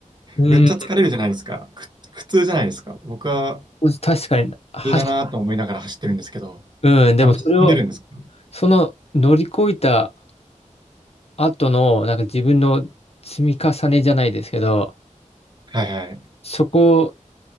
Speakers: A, on the left; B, on the right.
A: うん、
B: めっちゃ疲れるじゃないですか。く、苦痛じゃないですか。僕は
A: 確かに、はし、
B: 苦痛だなと思いながら走ってるんですけど、
A: うん、でもそれを、
B: 楽しめるんですか
A: その乗り越えた後の、なんか自分の積み重ねじゃないですけど、
B: はいはい。
A: そこ